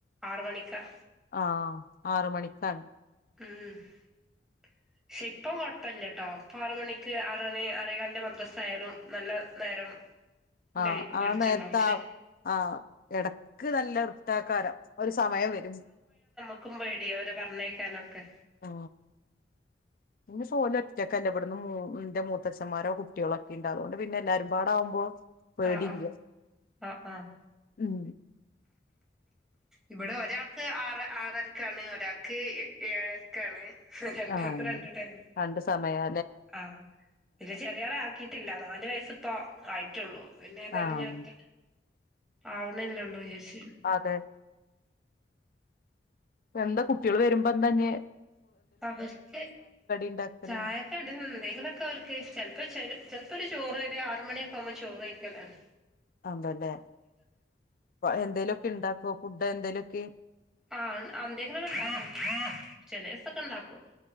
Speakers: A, in the centre; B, on the left.
A: ആറ് മണിക്കാ
B: ആഹ ആറ് മണിക്കാണ്
A: ഉം പക്ഷെ ഇപ്പം കൊഴപ്പില്ലട്ടോ ഇപ്പൊ ആറ് മണിക്ക് ആറ് മണി ആറേകാലിന്റെ മദ്രസ ആയാലും നല്ല നേരം
B: ആഹ്
A: വെ വെളിച്ചണ്ടാവും
B: ആ നേരത്തെ
A: പക്ഷെ
B: ആ ആഹ് കെ നല്ല <unintelligible> ഒരു സമയം വരും
A: നോക്കുമ്പോഴെ അവരെ പറഞ്ഞയക്കാനൊക്കെ
B: ആ പിന്നെ സോലറ്റൊക്കെല്ല ഇവിടന്ന് എന്റെ മൂത്തച്ഛന്മാരുടെ കുട്ടികളൊക്കെ ഉണ്ട് അതുകൊണ്ട് പിന്നെ എല്ലാരും പാടാവുമ്പോ പേടി
A: ആഹ് ആഹ്
B: ഇല്ല്യ
A: ആഹ് ആഹ്
B: ഉം
A: ഇവിടെ ഒരാൾക്ക് ആറ് ആറരക്കാണ് ഒരാൾക്ക് ഏഴരക്കാണ് രണ്ടാൾക്ക്
B: ആണോ
A: രണ്ട് ടൈം
B: രണ്ട് സമയാ
A: ആഹ് പിന്നെ ചെറിയാളെ ആക്കി ഇല്ല നാല് വയസ്സിപ്പോ ആയിട്ടുള്ളൂ പിന്നെ തെരഞ്ഞെടു
B: ആഹ്
A: ആവണല്ലേള്ളൂ വിചാരിച്ച്
B: അതെ എന്താ കുട്ടികള് വരുമ്പോ എന്താ ഇനി
A: അവർക്ക്
B: ഇണ്ടാക്കല്ണ്ട്
A: ചായക്കടെന്ന് എന്തെങ്കിലുമൊക്കെ അവർക്ക് ചെലപ്പോ ചെ ഇപ്പൊ ഒരു ചോറ് ഒരു ആറ് മണിയക്കെ ആവുമ്പോ ചോറ് കയ്യിക്കലാണ്
B: ആണല്ലെ എന്തേലുമൊക്കെ ഉണ്ടാക്കോ ഫുഡ് എന്തേലും ഓക്കെ
A: ആ എന്തെങ്കിലൊക്ക ഉണ്ടാക്കും ചെലസൊക്കെ ഉണ്ടാക്കും